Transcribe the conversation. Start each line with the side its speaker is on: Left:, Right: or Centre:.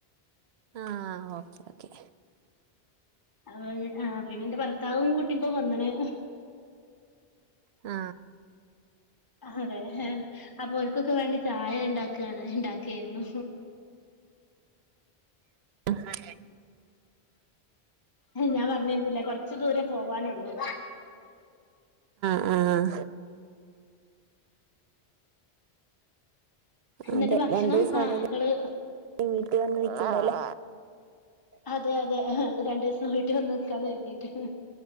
Right: ആ ഓക്കേ ഓക്കേ
Left: അ ആ പിന്നെന്റെ ഭർത്താവും കുട്ടിപ്പോവന്നണ്
Right: ആ
Left: അതെ അപ്പോ മക്കൾക്കു വേണ്ടി ചായ ഉണ്ടാക്കയാണ് ഉണ്ടാക്കിരുന്നു
Right: മ്മ്
Left: ഏ ഞാൻ പറഞ്ഞിരുന്നില്ലേ കൊറച്ച ദൂരെ പോവാനുള്ളൂ
Right: ആഹ
Left: എന്നിട്ട്
Right: അതെ
Left: ഭക്ഷണം
Right: രണ്ടു ദിവസാണെ
Left: ആഹ് ഇങ്ങള്
Right: വീട്ടി വന്നു നിക്കണ്ടല്ലോ
Left: അതെ അതെഹെ രണ്ടു ദിവസം വീട്ടി വന്ന് നിക്കാന്ന് കരുതിട്ട്